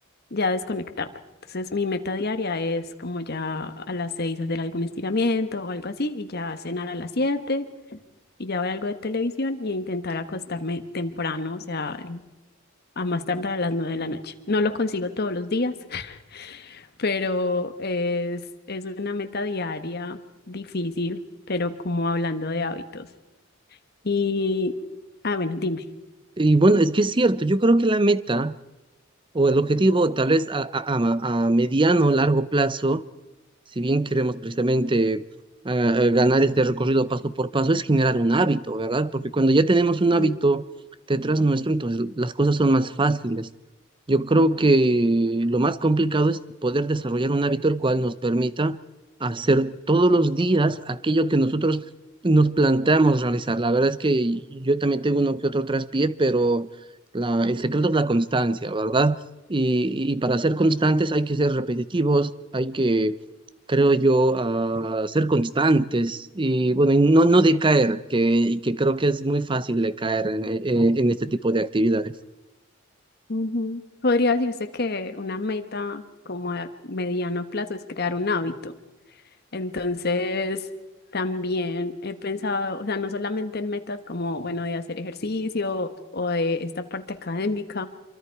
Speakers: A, on the left; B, on the right.
A: ya desconectarme. Entonces, mi meta diaria es como ya a las seis hacer algún estiramiento o algo así y ya cenar a las siete y ya ver algo de televisión y intentar acostarme temprano, o sea, a más tardar a las nueve de la noche. No lo consigo todos los días, <laughs> pero es, es una meta diaria difícil, pero como hablando de hábitos. Y, ah, bueno, dime.
B: Y bueno, es que es cierto, yo creo que la meta o el objetivo tal vez a, a, a, a mediano o largo plazo si bien queremos precisamente ah, eh, ganar este recorrido paso por paso, es generar un hábito, ¿verdad? Porque cuando ya tenemos un
A: Sí.
B: hábito detrás nuestro, entonces las cosas son más fáciles. Yo creo que lo más complicado es poder desarrollar un hábito el cual nos permita hacer todos los días aquello que nosotros nos planteamos realizar. La verdad es que yo también tengo uno que otro traspié, pero la- el secreto es la constancia, ¿verdad? y y para ser constantes hay que ser repetitivos, hay que creo yo, a ser constantes y bueno, y no, no decaer, que, y que creo que es muy fácil decaer en, en- en este tipo de actividades.
A: Ujú. Podría decirse que una meta como a mediano plazo es crear un hábito. Entonces, también he pensado, o sea, no solamente en metas como, bueno, de hacer ejercicio o de esta parte académica,